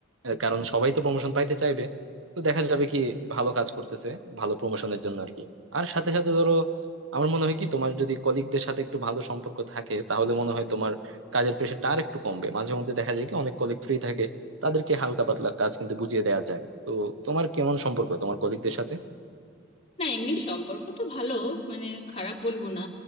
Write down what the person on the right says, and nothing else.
আহ, কারণ সবাই তো প্রমোশন পাইতে চাইবে তো দেখা যাবে কি ভালো কাজ করতেছে ভালো প্রমোশনের জন্য আর কি আর সাথে সাথে ধরো আমার মনে হয় কি তোমার যদি কলিগদের সাথে একটু ভালো সম্পর্ক থাকে তাহলে মনে হয় তোমার কাজের প্রেশারটা আর একটু কমবে মাঝে মধ্যে দেখা যায় কি অনেক কলিগ ফ্রি থাকে তাদেরকে হালকা পাতলা কাজ কিন্তু বুঝিয়ে দেওয়া যায় তো তোমার কেমন সম্পর্ক তোমার কলিগদের সাথে